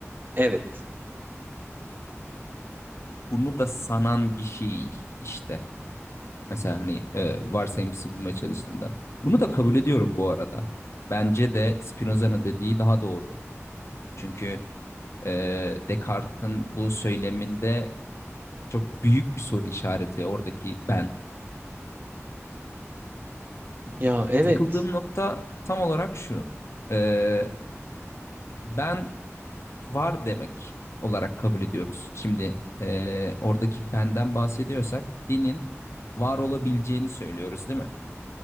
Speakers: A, on the right; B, on the left.
A: Evet.
B: bunu da sanan bir şey işte. Mesela hani e, varsayımsız bulmaya çalıştığımda. Bunu da kabul ediyorum bu arada. Bence de Spinoza'nın dediği daha doğru. Çünkü e, Descartes'in bu söyleminde çok büyük bir soru işareti oradaki ben.
A: Ya evet.
B: Takıldığım nokta tam olarak şu. Ee, ben var demek olarak kabul ediyoruz. Şimdi ee, oradaki benden bahsediyorsak benim var olabileceğini söylüyoruz değil mi?